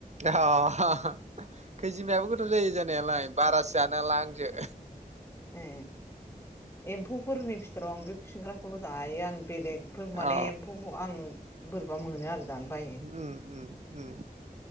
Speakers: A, on the right; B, on the left.
A: खैजिमायाबो गोथाव जायो जानायालाय बारासो जानो हाला आङो
B: ए एम्फौफोरनि बिथोराव आं बे खुसेंग्राखौल' जायो आं बेलेगफोर
A: अ
B: माने एम्फौखौ आं बोरैबा मोनो आरो जानो बायो
A: उम उम उम